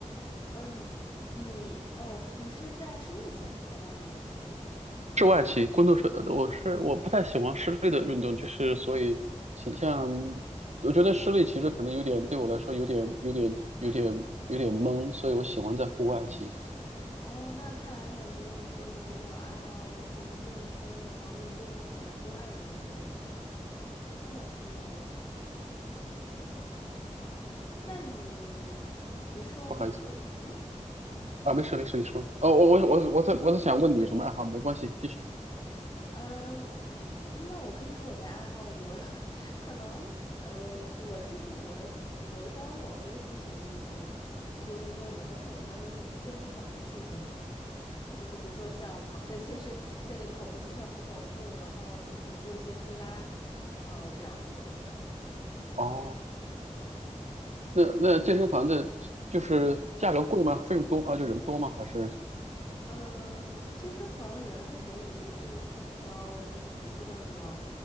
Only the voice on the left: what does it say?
呃，你你哦，你是在室内骑还是在外面骑？
哦，那看来感觉你是一个比较爱好就是健身，然后运动，然后户外运动这种的。嗯，挺好的，我感觉。嗯，那你，比如说你这个，
嗯。
呃，我那我可以说我的爱好，我 <laughs> 可能呃，我其实我我一般我也挺喜欢做运动的，<laughs> 做运动的，但是我一般都是去健身房去运动，就是比如说像跑 <laughs> 在健身在那个跑步机上跑跑步，然后就是做一些推拉，呃，这样子，对。
嗯，健身房人还可以，你就是去挑，就是不是那么，